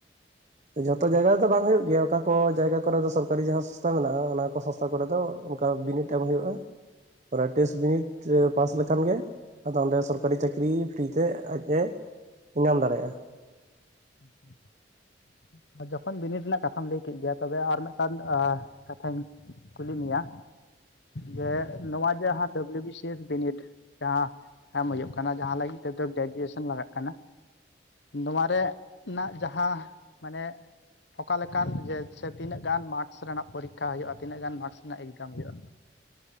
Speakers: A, on the right; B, on the left.
A: ᱡᱷᱚᱛᱚ ᱡᱟᱭᱜᱟ ᱨᱮᱫᱚ ᱵᱟᱝ ᱦᱩᱭᱩᱜ ᱜᱮᱭᱟ, ᱚᱠᱟ ᱠᱚ ᱡᱟᱭᱜᱟ ᱠᱚᱨᱮ ᱫᱚ ᱥᱚᱨᱟᱨᱤ ᱡᱟᱦᱟᱸ ᱥᱚᱝᱥᱛᱷᱟ ᱢᱮᱱᱟᱜᱼᱟ᱾ ᱚᱱᱟ ᱠᱚ ᱥᱚᱝᱥᱛᱷᱟ ᱠᱚᱨᱮᱫ ᱫᱚ ᱚᱱᱠᱟ ᱵᱤᱱᱤᱰ ᱮᱢ ᱦᱩᱭᱩᱜᱼᱟ᱾ ᱚᱱᱟ ᱴᱮᱥᱴ ᱵᱤᱱᱤᱴ ᱯᱟᱥ ᱞᱮᱠᱷᱟᱱ ᱜᱮ ᱟᱫᱚ ᱚᱸᱰᱮ ᱥᱚᱨᱠᱟᱨᱤ ᱪᱟᱹᱠᱨᱤ ᱯᱷᱨᱤ ᱛᱮ ᱟᱡ ᱮ ᱧᱟᱢ ᱫᱟᱲᱮᱭᱟᱜᱼᱟ᱾
B: <inaudible> ᱡᱚᱠᱷᱚᱱ ᱵᱤᱱᱤᱰ ᱨᱮᱱᱟᱜ ᱠᱟᱛᱷᱟᱢ ᱞᱟᱹᱭ ᱠᱮᱫ ᱜᱮᱭᱟ ᱛᱚᱵᱮ ᱟᱨ ᱢᱤᱫᱴᱟᱝ ᱟ ᱠᱟᱛᱷᱟᱧ ᱠᱩᱞᱤ ᱢᱮᱭᱟ ᱡᱮ ᱱᱚᱣᱟ ᱡᱟᱸᱦᱟ ᱰᱟᱵᱞᱩ ᱵᱤ ᱥᱤ ᱮᱥ ᱵᱤᱱᱤᱰ ᱡᱟᱦᱟᱸ ᱮᱢ ᱦᱩᱭᱩᱜ ᱠᱟᱱᱟ ᱡᱟᱦᱟᱸ ᱞᱟᱹᱜᱤᱫ ᱛᱮᱫᱚ ᱜᱨᱮᱡᱩᱭᱮᱥᱚᱱ ᱞᱟᱜᱟᱜ ᱠᱟᱱᱟ᱾ ᱱᱚᱣᱟ ᱨᱮ ᱱᱟᱜ ᱡᱟᱦᱟᱸ ᱢᱟᱱᱮ ᱚᱠᱟ ᱞᱮᱠᱟᱱ ᱡᱮ ᱥᱮ ᱛᱤᱱᱟᱹᱜ ᱜᱟᱱ ᱢᱟᱨᱠᱥ ᱨᱮᱱᱟᱜ ᱯᱚᱨᱤᱠᱠᱷᱟ ᱦᱩᱭᱩᱜᱼᱟ ᱛᱤᱱᱟᱹᱜ ᱜᱟᱱ ᱢᱟᱨᱠᱥ ᱨᱮᱱᱟᱜ ᱮᱠᱡᱟᱢ ᱦᱩᱭᱩᱜᱼᱟ?